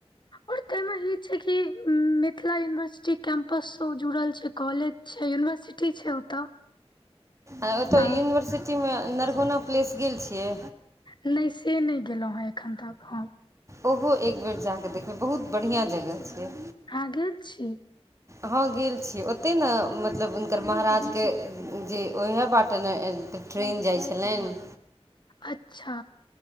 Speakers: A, on the left; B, on the right.
A: ओर ताहि मे ई छै कि मिथिला यूनिवर्सिटी कैंपस से ओ जुड़ल छै कॉलेज छै यूनिवर्सिटी छै ओतऽ
B: ओतय
A: तऽ
B: यूनिवर्सिटी में नरगुना प्लेस गेल छियै?
A: नहि से नहि गेलहुँं हें एखन तक हम।
B: ओहो एक बेर जाकऽ देखबै बहुत बढ़िया जगह छै।
A: अहाॅं गेल छी?
B: हँ गेल छी ओतहि ने मतलब हुनकर महाराज के जे ओहे बाटे ने ट्रेन जाइ छलेन।
A: अच्छा